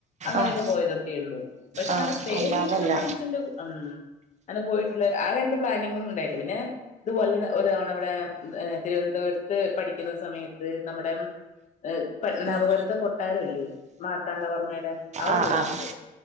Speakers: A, on the left (about 45°); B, on the right (about 45°).
A: അങ്ങനെക്കെ
B: ആഹ്
A: പോയതൊക്കെ ഉള്ളൂ പക്ഷെ അങ്ങനെ
B: ആഹ്
A: സ്റ്റേ
B: അല്ലാതല്ല
A: ചെയ്തിട്ടും ഫ്രണ്ട്സിന്റെ കു ഉം ങ്ങന പോയിട്ടുള്ള ആ രണ്ട് പ്ലാനിങ്ങും ണ്ടായിട്ട്ല്ല പിന്നെ ഇതുപോലെ ഒരുതവണവടെ തിരുവനന്തപുരത്ത് പഠിക്ക്ന്ന സമയത്ത് നമ്മടെ എഹ് പത്മനാഭപുരത്തെ
B: ആഹ്
A: കൊട്ടാരവില്ലേ? മാർത്താണ്ഡവർമ്മയ്ടെ അവടെ
B: ആഹ്
A: പോയിട്ട്ണ്ട്
B: ആഹ്